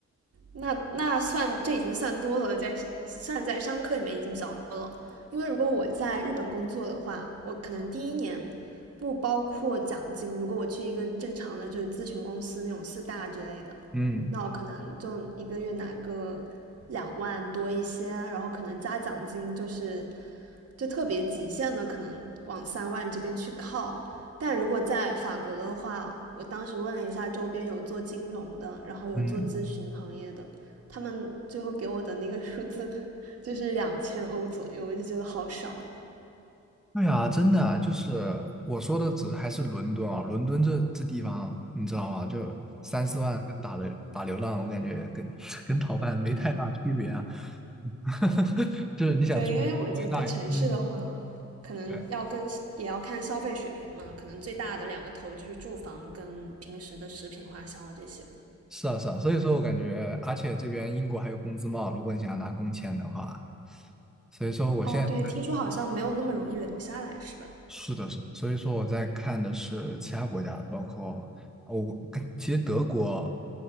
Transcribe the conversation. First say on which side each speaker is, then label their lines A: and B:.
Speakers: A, on the right; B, in the centre.
A: 那那算这已经算多了，在算在商科里面已经比较多了。因为如果我在日本工作的话，我可能第一年不包括奖金。如果我去一个正常的就是咨询公司那种四大之类的，
B: 嗯
A: 那我可能就一个月拿个两万多一些，然后可能加奖金就是就特别极限的，可能往三万这边去靠。但如果在法国的话，我当时问了一下周边有做金融的，然后有做咨询行业的，
B: 嗯，
A: 他们最后给我的那个数字 <laughs> 就是两千欧左右，我就觉得好少。
B: 对啊，真的啊就是我说的，只是还是伦敦啊，伦敦这这地方你知道吗？就三四万跟打流打流浪，我感觉跟 <laughs> 跟逃犯没太大区别啊。<laughs> 就是你想住一个稍微大一点，
A: 对，因为我觉得城市的话，
B: 嗯，
A: 可能要跟也要看消费水平嘛，
B: 对，
A: 可能最大的两个头就是住房跟平时的食品花销啊这些。
B: 是啊是啊，所以说我感觉，而且这边英国还有工资帽，如果你想要拿工签的话，所以说我现在
A: 哦，对，听说好像没有那么容易留下来，是吧？
B: 是的，是的，所以说我在看的是其他国家，包括哦我其实德国